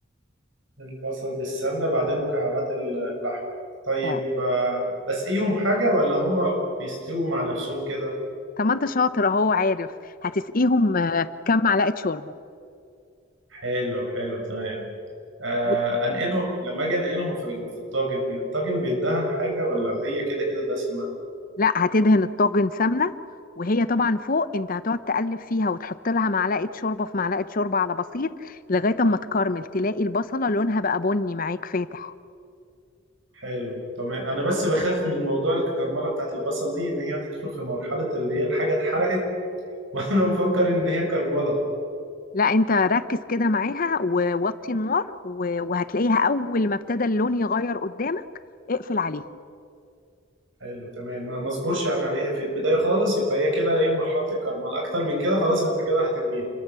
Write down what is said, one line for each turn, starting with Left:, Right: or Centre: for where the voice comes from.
Right: البصل بالسمنة بعدين مكعبات ال- اللحم طيب
Left: اه
Right: آه، بسقيهم حاجة ولا هما بيستووا مع نفسهم كده
Left: طب ما انت شاطر اهو عارف هتسقيهم آه، كام معلقة شوربة
Right: حلو حلو تمام آه
Left: و-
Right: انقلهم لما اجي انقلهم في في الطاجن الطاجن بيدهن حاجه ولا هي كده كده دسمه
Left: لا هتدهن الطاجن سمنة وهي طبعا فوق انت هتقعد تقلب فيها وتحط لها معلقة شوربة في معلقة شوربة على بسيط لغاية اما تكرمل تلاقي البصلة لونها بقى بني معاك فاتح
Right: حلو تمام انا بس بخاف من موضوع الكرمله بتاعت البصل دي ان هي تدخل في مرحله اللي هي الحاجه اتحرقت <laughs> وانا مفكر ان هي كرمله
Left: لا انت ركز كده معاها ووطي النار و- وهتلاقيها اول ما ابتدى اللون يغير قدامك اقفل عليها
Right: حلو تمام ما ما اصبرش يعني عليها في البدايه خالص يبقى هي كده ايه مرحله الكرمله اكتر من كده خلاص انت كده هترميه